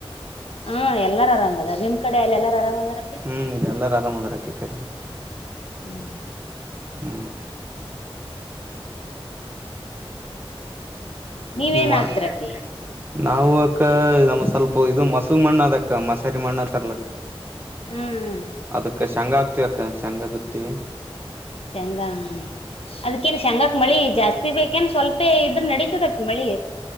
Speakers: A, on the left; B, on the right.
A: ಹಾ ಎಲ್ಲಾರ ಆರಾಮದಾರ ನಿಮ್ ಕಡೆ ಅಲ್ಲ ಎಲ್ಲಾರ ಆರಾಮದಾರ
B: ಹ್ಮ್ ಎಲ್ಲಾರ ಆರಾಮ ಅದ್ಾಕ್ಕ ಈ ಕಡೆ
A: ಹ್ಮ್
B: ಹ್ಮ್
A: ನೀವೇನ್
B: ಮತ್ತೆ
A: ಹಾಕ್ತಿರಪ್ಪಿ
B: ನಾವು ಅಕ್ಕ ನಮ ಸ್ವಲ್ಪ ಇದು ಮಸಗ್ ಮಣ್ಣ ಅದಕ್ಕ ಮಸಾರಿ ಮಣ್ಣ ತರ್ಲಕ್
A: ಹ್ಮ್
B: ಅದಕ್ಕ ಶೇಂಗಾ ಆಕ್ತಿವಿ ಅಕ್ಕ ಶೇಂಗಾ ಬಿತಿೀವಿ
A: ಶೆಂಗಾ ಅದಕ್ಕನ್ನು ಶೆಂಗಾ ಮಳಿ ಜಾಸ್ತಿ ಬೇಕೇನ್ ಸ್ವಲ್ಪ ಇದ್ರ ನಡತದತ್ ಮಳಿ